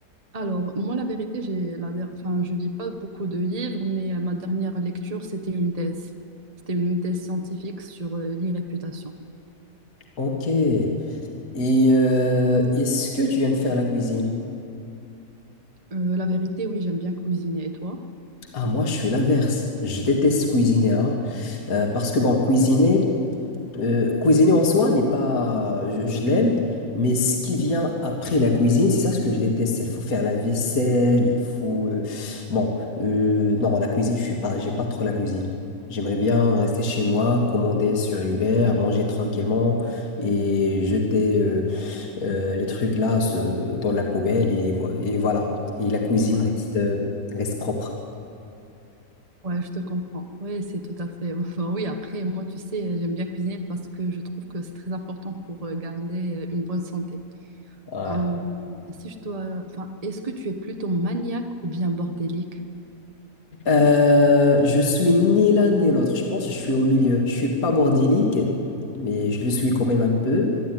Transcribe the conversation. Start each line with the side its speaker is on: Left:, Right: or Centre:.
Right: Alors, moi, la vérité, j'ai la der- enfin, je lis pas beaucoup de livres, mais euh, ma dernière lecture, c'était une thèse. C'était une thèse scientifique sur euh, l'irréputation.
Left: Ok. Et euh, est-ce que tu aimes faire la cuisine?
Right: Euh, la vérité, oui, j'aime bien cuisiner. Et toi?
Left: Ah, moi, je suis l'inverse. Je déteste cuisiner, hein, euh, parce que bon, cuisiner. Euh, cuisiner en soi n'est pas, je, je l'aime, mais ce qui vient après la cuisine, c'est ça ce que je déteste. Il faut faire la vaisselle, il faut, euh, bon, euh, non, la cuisine, je suis pas, j'aime pas trop la cuisine. J'aimerais bien rester chez moi, commander sur Uber, manger tranquillement et jeter euh, euh, les trucs là ce- dans la poubelle et, vo- et voilà. Et la cuisine reste, euh, reste propre.
Right: Ouais, je te comprends. Oui, c'est tout à fait. <laughs> Enfin, oui, après, moi, tu sais, j'aime bien cuisiner parce que je trouve que c'est très important pour euh, garder euh, une bonne santé.
Left: Ouais.
Right: Hein, si je dois, enfin, est-ce que tu es plutôt maniaque ou bien bordélique?
Left: Euh, je suis ni l'un ni l'autre, je pense, je suis au milieu. Je suis pas bordélique, mais je le suis quand même un peu,